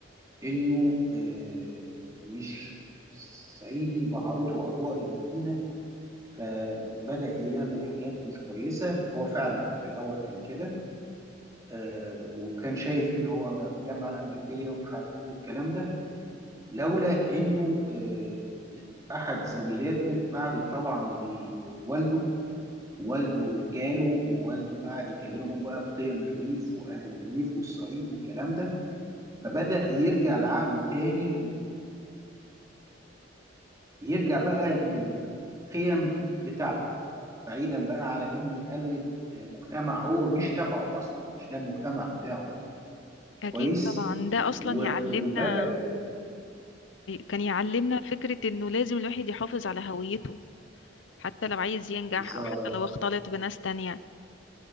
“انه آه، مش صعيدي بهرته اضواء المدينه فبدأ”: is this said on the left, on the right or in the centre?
Right